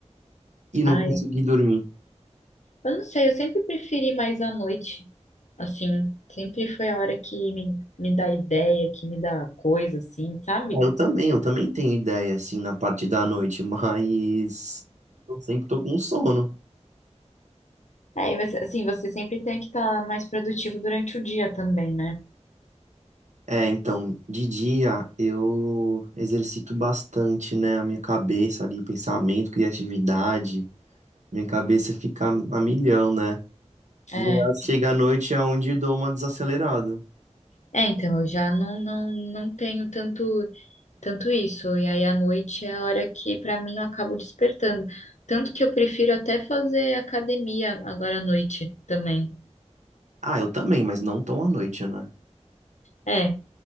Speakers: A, on the right; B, on the left.
A: e não
B: Ai,
A: conseguir
B: eu
A: dormir.
B: eu não sei, eu sempre preferi mais à noite. Assim, sempre foi a hora que me, me dá ideia, que me dá coisa, assim, sabe?
A: É, Eu também, eu também tenho ideia, assim, na parte da noite, mas eu sempre tô com sono.
B: Aí, mas, assim, você sempre tem que estar mais produtivo durante o dia também, né?
A: É, então, de dia eu exercito bastante, né, a minha cabeça ali, pensamento, criatividade. Minha cabeça fica a milhão, né?
B: É.
A: E aí chega à noite é onde eu dou uma desacelerada.
B: É, então, eu já não, não, não tenho tanto. Tanto isso, e aí à noite é a hora que pra mim eu acabo despertando. Tanto que eu prefiro até fazer academia agora à noite também.
A: Ah, eu também, mas não tão à noite, né?
B: É,